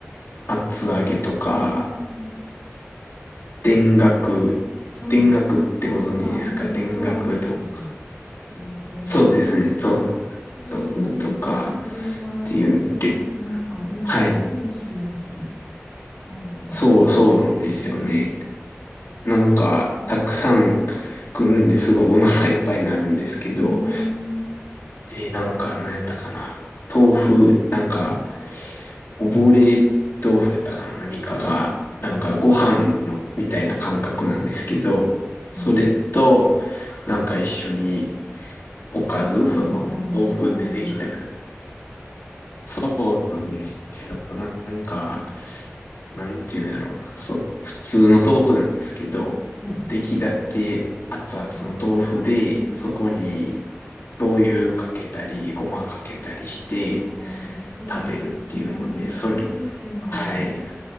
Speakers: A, on the left (about 65°); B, on the left (about 20°).
A: 厚揚げとか、
B: あー、
A: 田楽、
B: はい。
A: 田楽ってご存知ですか田楽と。
B: あ、まあ、で、豆腐ですよね。要するに豆腐の。
A: そうですね。豆腐、
B: えー、
A: 豆腐とかっ
B: それは、
A: ていう、で
B: なんかいいですね。
A: はい。
B: ヘルシーやし、あの、
A: そうそうなんですよね。
B: ですね。
A: なんか、
B: うん
A: たくさん来るんですごいお腹いっぱいになるんですけど、
B: へえ、
A: で、なんか、何やったかな。豆腐、なんか、溺れ豆腐やったかな、何かが、なんかご飯の、みたいな感覚なんですけど、それと、
B: え、
A: なんか一緒におかず、
B: ご飯みたいな豆腐。
A: その、豆腐でできたり、そうなんですよ。なんか、なんていうんやろうな、そう、普通の豆腐なんですけど、
B: はい。
A: 出来立て熱々の豆腐で、
B: ああ、
A: そこに醤油かけたり、ごまかけたりして
B: わあ、美味しそうですね。
A: 食べるっていうので、
B: ね、出来たてっていうのが、
A: それ、はい、